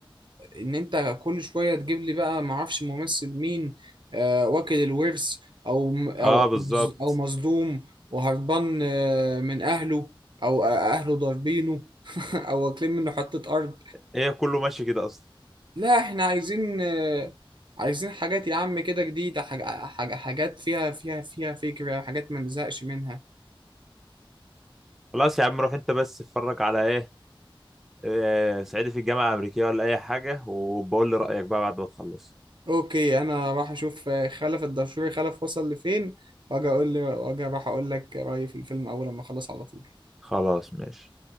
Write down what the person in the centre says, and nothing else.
اه بالظبط
هي كله ماشي كده اصلا
خلاص يا عم روح انت بس اتفرج على ايه آه، صعيدي في الجامعه الامريكيه ولا اي حاجه وبقول لي رايك بقى بعد ما تخلص
خلاص ماشي